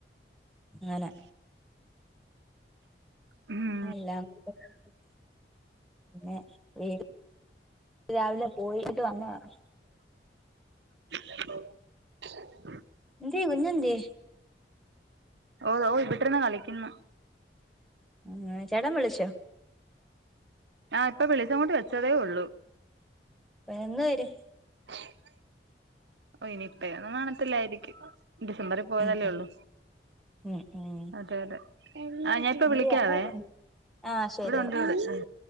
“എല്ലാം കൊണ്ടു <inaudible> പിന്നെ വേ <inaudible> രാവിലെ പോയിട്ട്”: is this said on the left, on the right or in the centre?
Centre